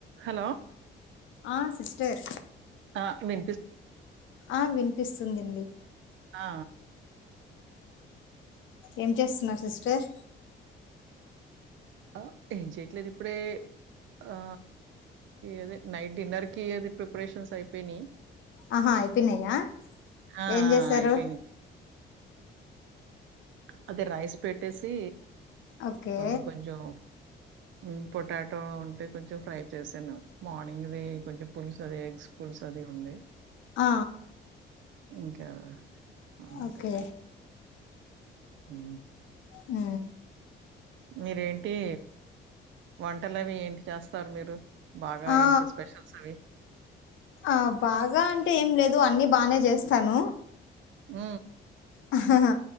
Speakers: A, on the right (about 70°); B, on the left (about 75°).
A: హలో
B: ఆ సిస్టర్
A: ఆ వి
B: ఆ వినిపిస్తుంది
A: ఆ
B: ఏం చేస్తున్నారు సిస్టర్
A: ఆ ఏం చేయట్లేదు ఇప్పుడే ఆ అద నైట్ డిన్నర్ కి అది ప్రిపరేషన్స్ అయిపోయినాయి
B: ఆహా అయిపోయినాయా
A: ఆ,
B: ఏం చేసారు
A: అయిపోయినాయి అదే రైస్ పెట్టేసి
B: ఓకే
A: అ కొంచం హు పొటాటో ఉంటే కొంచెం ఫ్రై చేశాను మార్నింగ్ది కొంచెం పుల్స్ అది ఎగ్స్ పుల్స్ అది ఉంది
B: ఆ
A: ఇంకా అంతె
B: ఓకే
A: హు
B: హు
A: మీరేంటి వంటలవి ఏంటి చేస్తారు మీరు బాగా
B: ఆ
A: ఏంటి స్పెషల్స్ అవి
B: ఆ బాగా అంటే ఏం లేదు అన్ని బానే చేస్తాను
A: ఊ
B: అహహహ